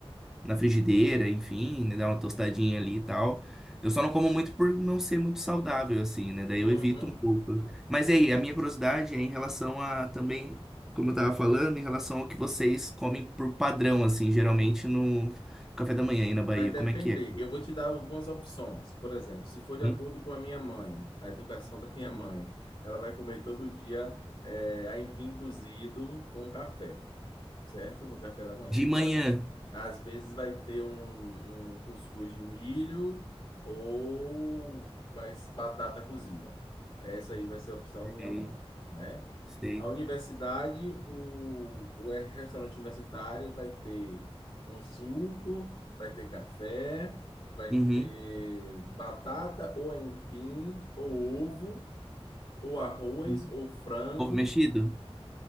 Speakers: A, in the centre; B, on the left.
A: na frigideira, enfim, né, dar uma tostadinha ali e tal. Eu só não como muito por não ser muito saudável, assim, né? Daí
B: Uhum.
A: eu evito um pouco. Mas aí, a minha curiosidade é em relação a também, como eu tava falando, em relação ao que vocês comem por padrão, assim, geralmente no café da manhã aí na Bahia.
B: Vai depender.
A: Como é que é?
B: Eu vou te dar algumas opções. Por exemplo, se for de
A: Hum?
B: acordo com a minha mãe, a educação <laughs> da minha mãe, ela vai comer todo dia eh, aipim cozido com café, certo? No café da manhã.
A: De manhã.
B: Às vezes vai ter um, um cuscuz de milho ou vai s- batata cozida. Essa aí vai ser a opção minha
A: Sei,
B: mãe, né?
A: sei.
B: A universidade, o, o é- restaurante universitário vai ter um suco, vai ter café, vai
A: Uhum.
B: ter batata ou aipim, ou ovo, ou arroz,
A: Uhum.
B: ou frango,
A: Ovo mexido?